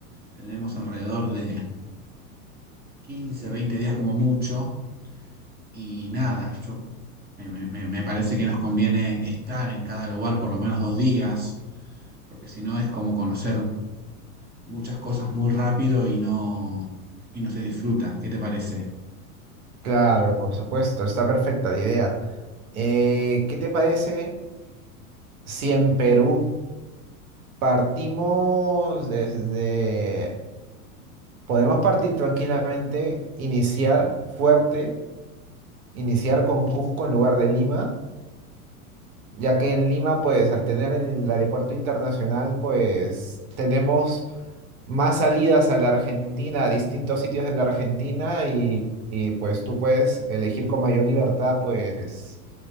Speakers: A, on the right; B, on the right.
A: Tenemos alrededor de 15 20 días como mucho. Y nada, yo me, me- me- me parece que nos conviene estar en cada lugar por lo menos dos días, porque si no es como conocer muchas cosas muy rápido y no, y no se disfruta. ¿Qué te parece?
B: Claro, por supuesto, está perfecta la idea. Eh, ¿qué te parece si en Perú partimos desde... Podemos partir tranquilamente, iniciar fuerte, iniciar con Cusco en lugar de Lima, ya que en Lima, pues al tener el aeropuerto internacional, pues tenemos más salidas a la Argentina, a distintos sitios de la Argentina y, y, pues tú puedes elegir con mayor libertad, pues